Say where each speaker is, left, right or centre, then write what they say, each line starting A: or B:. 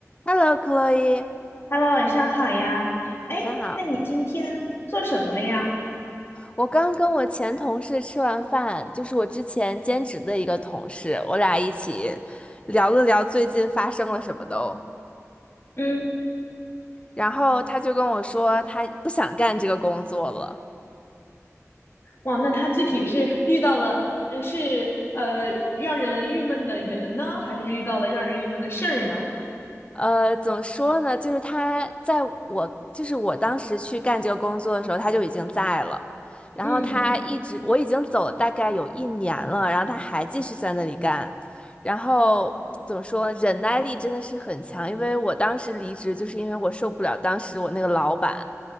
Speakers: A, on the left; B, on the left.
A: Hello, Chloe，
B: Hello，晚上好呀。哎，
A: 晚上好。
B: 那你今天做什么了呀？
A: 我刚跟我前同事吃完饭，就是我之前兼职的一个同事，我俩一起聊了聊最近发生了什么都。
B: 嗯，
A: 然后他就跟我说，他不想干这个工作了。
B: 哇，那他具体是遇到了，呃，是呃让人郁闷的人呢，还是遇到了让人郁闷的事儿呢？
A: 呃，怎么说呢？就是他在我，就是我当时去干这个工作的时候，他就已经在了。然后他一直，
B: 嗯
A: 我已经走大概有一年了，然后他还继续在那里干。然后怎么说呢？忍耐力真的是很强，因为我当时离职，就是因为我受不了当时我那个老板，